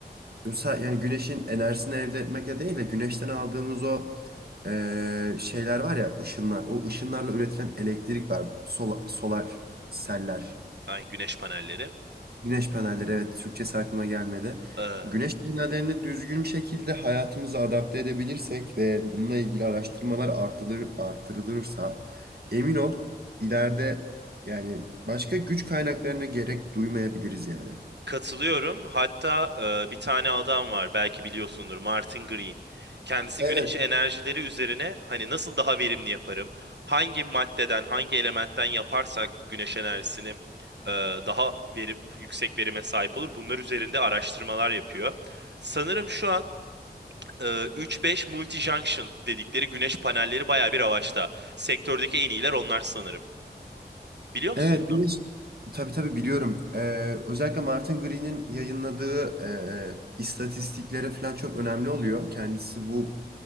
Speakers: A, on the right; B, on the right.
A: sa- yani güneşin enerjisini elde etmekle değil de güneşten aldığımız o e, şeyler var ya ışınlar. O ışınlarla üretilen elektrik var. Sola- solar seller.
B: ay güneş panelleri.
A: Güneş panelleri evet Türkçesi aklıma gelmedi.
B: E,
A: Güneş panellerini düzgün bir şekilde hayatımıza adapte edebilirsek ve bununla ilgili araştırmalar artırılır, artırılırsa emin ol ileride yani başka güç kaynaklarına gerek duymayabiliriz yani.
B: Katılıyorum. Hatta e, bir tane adam var belki biliyorsundur Martin Green. Kendisi
A: Evet.
B: güneş enerjileri üzerine hani nasıl daha verimli yaparım? Hangi maddeden, hangi elementten yaparsak güneş enerjisini e, daha verim, yüksek verime sahip olur. Bunlar üzerinde araştırmalar yapıyor. Sanırım şu an e, 3-5 multi-junction dedikleri güneş panelleri baya bir avaçta. Sektördeki en iyiler onlar sanırım. Biliyor musun
A: Evet
B: bunu?
A: bir tabii tabii biliyorum. Ee, özellikle Martin Green'in yayınladığı e, istatistiklere falan çok önemli oluyor. Kendisi bu